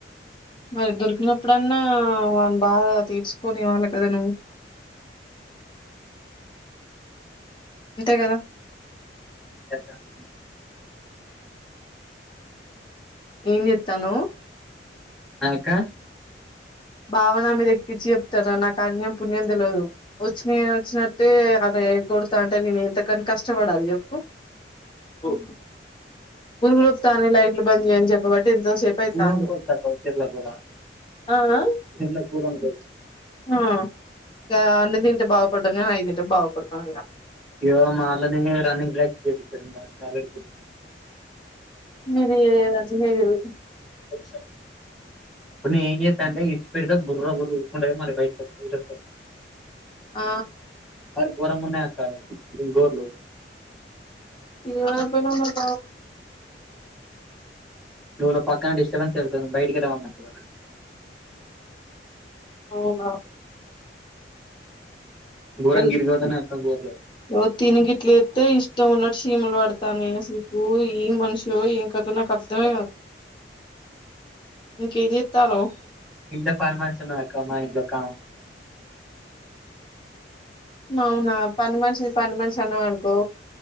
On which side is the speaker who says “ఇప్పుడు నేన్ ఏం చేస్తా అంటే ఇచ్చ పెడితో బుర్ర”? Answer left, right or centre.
Centre